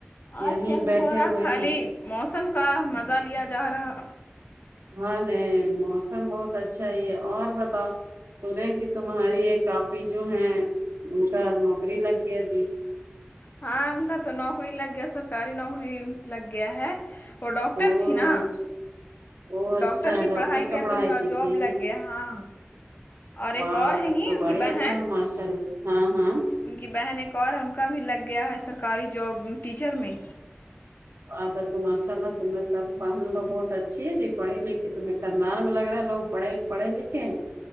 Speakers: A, on the left (about 45°); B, on the right (about 80°).
A: آج
B: یہیں
A: کل
B: بیٹھے
A: ہو رہا
B: ہوئے
A: خالی
B: ہیں
A: موسم کا مزہ لیا جا رہا
B: ہاں نہیں موسم بہت اچھا ہی ہے اور بتاؤ سنےیں کہ تمہاری یہ آپی جو ہے ان کا نوکری لگ گیا جی
A: ہاں ان کا تو نوکری لگ گیا سرکاری نوکری لگ گیا ہے وہ ڈاکٹر
B: او
A: تھی نا
B: اچ- او اچھا
A: ڈاکٹر کی
B: ڈاکٹر
A: پڑھائی کر کے ان کا
B: کی
A: جاب
B: تھی
A: لگ گیا ہاں اور
B: واہ
A: ایک اور ہے
B: تب
A: نیی
B: تو
A: ان
B: بڑے
A: کی بہن
B: اچھا ہے ماشاء اللہ ہاں ہاں
A: ان کی بہن ایک اور ہے ان کا بھی لگ گیا ہے سرکاری جاب ٹیچر میں
B: اتا تو ماشا اللہ تم نے سب پ لو بہت اچھی ہے جی پڑھیے لکھے تمہیں کاندار میں لگ رہا لوگ پڑے پڑھے لکھے ہیں